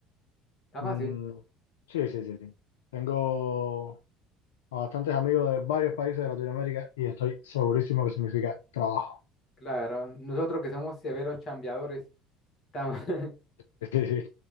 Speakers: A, on the left (about 45°); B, on the left (about 85°).
A: Está
B: Mm,
A: fácil.
B: sí, sí, sí, sí. Tengo a bastantes amigos de varios países de Latinoamérica y estoy segurísimo que significa trabajo.
A: Claro, nosotros que somos severos chambeadores. estamos- <laughs>
B: <laughs> Sí, sí.